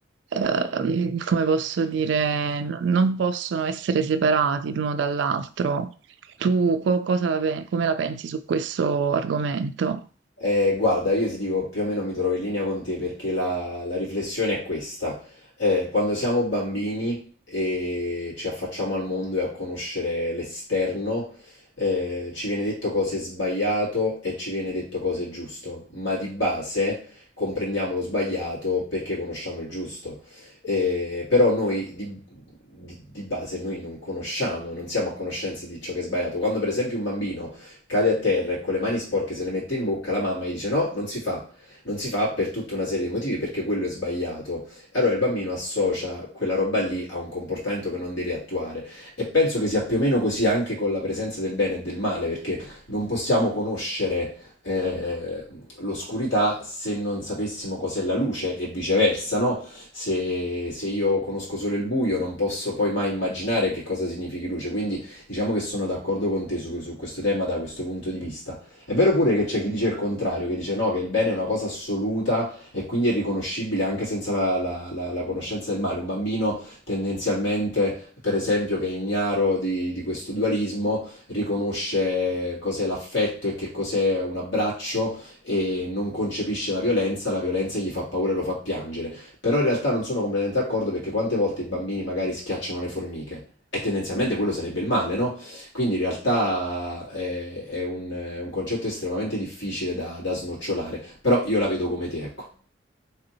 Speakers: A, on the right (about 70°); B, on the left (about 80°).
A: ehm, come posso dire, n- non possono essere separati l'uno dall'altro. Tu co- cosa la pe- come la pensi su questo argomento?
B: Eh, guarda, io ti dico più o meno mi trovo in linea con te perché la, la riflessione è questa. Eh, quando siamo bambini e ci affacciamo al mondo e a conoscere l'esterno, eh, ci viene detto cosa è sbagliato e ci viene detto cosa è giusto, ma di base comprendiamo lo sbagliato perché conosciamo il giusto. Eh, però noi di, di- di base noi non conosciamo, non siamo a conoscenza di ciò che è sbagliato. Quando per esempio un bambino cade a terra e con le mani sporche se le mette in bocca, la mamma gli dice no, non si fa. Non si fa per tutta una serie di motivi perché quello è sbagliato. E allora il bambino associa quella roba lì a un comportamento che non deve attuare. E penso che sia più o meno così anche con la presenza del bene e del male, perché non possiamo conoscere eh, l'oscurità se non sapessimo cos'è la luce e viceversa, no? Se, se io conosco solo il buio non posso poi mai immaginare che cosa significhi luce, quindi Diciamo che sono d'accordo con te su, su questo tema da questo punto di vista. È vero pure che c'è chi dice il contrario, che dice no, che il bene è una cosa assoluta e quindi è riconoscibile anche senza la, la- la- la conoscenza del male. Un bambino tendenzialmente, per esempio, che è ignaro di, di questo dualismo, riconosce cos'è l'affetto e che cos'è un abbraccio e non concepisce la violenza, la violenza gli fa paura e lo fa piangere. Però in realtà non sono completamente d'accordo perché quante volte i bambini magari schiacciano le formiche? E tendenzialmente quello sarebbe il male, no? Quindi in realtà è, è un, è un concetto estremamente difficile da, da snocciolare, però io la vedo come te, ecco.